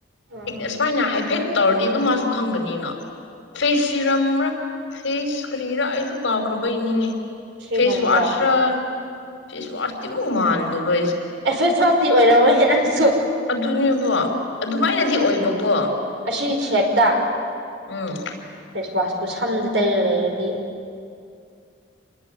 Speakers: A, on the right; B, on the left.
A: ꯎꯝ
B: ꯑꯁꯨꯃꯥꯏꯅ ꯍꯥꯏꯐꯦꯠ ꯇꯧꯔꯗꯤ ꯑꯗꯨꯝ ꯃꯥꯁꯨ ꯈꯪꯒꯅꯤꯅ ꯐꯦꯁ ꯁꯤꯔꯝꯔ ꯐꯦꯁ ꯀ꯭ꯔꯤꯔ ꯑꯩꯁꯨ ꯀꯥꯎꯈ꯭ꯔꯥꯕꯩꯅꯤꯅꯦ
A: ꯁꯤꯒꯨꯝꯕ
B: ꯐꯦꯁ ꯋꯥꯁ ꯔ ꯐꯦꯁꯋꯥꯁ ꯇꯤꯃꯨꯛꯃꯥꯟꯗꯕ
A: ꯑꯦ ꯐꯦꯁ ꯋꯥꯁ ꯇꯤ ꯑꯣꯏꯔꯝꯃꯣꯏ ꯍꯦ ꯅꯪꯁꯨ
B: ꯑꯗꯨꯅꯦꯕ ꯑꯗꯨꯃꯥꯏꯅꯗꯤ ꯑꯣꯏꯕꯀꯣ
A: ꯑꯁꯤ ꯁꯦꯞꯇꯥ
B: ꯎꯝ
A: ꯐꯦꯁꯋꯥꯁꯄꯨ ꯁꯝꯗ ꯇꯩꯔ ꯂꯩꯔꯗꯤ